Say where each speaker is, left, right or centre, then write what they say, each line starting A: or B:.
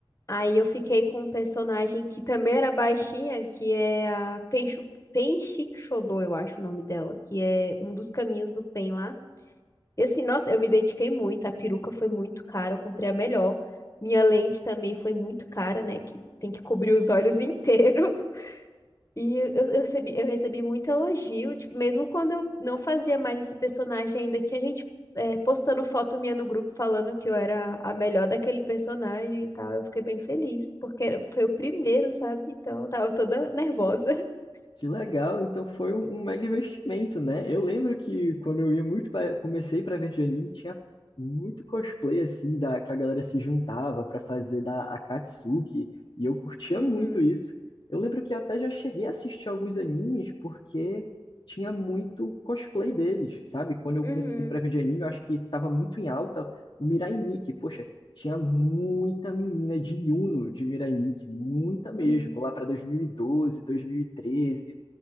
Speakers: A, on the left; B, on the left.
A: Aí eu fiquei com um personagem que também era baixinha, que é a Penshu... Penshikshodou, eu acho o nome dela, que é um dos caminhos do Pen lá. E assim, nossa, eu me dediquei muito, a peruca foi muito cara, eu comprei a melhor. Minha lente também foi muito cara, né? Que tem que cobrir os olhos inteiro. <laughs> E eu, eu recebi, eu recebi muito elogio, tipo, mesmo quando eu não fazia mais esse personagem, ainda tinha gente é, postando foto minha no grupo falando que eu era a melhor daquele personagem e tal. Eu fiquei bem feliz, porque era- foi o primeiro, sabe? Então eu tava toda nervosa. <laughs>
B: Que legal, então foi um, um mega investimento, né? Eu lembro que quando eu ia muito pra, comecei para ver de anime, tinha muito cosplay assim da que a galera se juntava para fazer da Akatsuki, e eu curtia
A: Uhum,
B: muito isso. Eu lembro que eu até já cheguei a assistir alguns animes porque tinha muito cosplay deles, sabe? Quando eu
A: uhum,
B: comecei para ver de anime, eu acho que estava muito em alta o Mirai Nikki. Poxa, tinha muita menina de Uno de Miranique, muita mesmo,
A: uhum,
B: lá para 2012, 2013.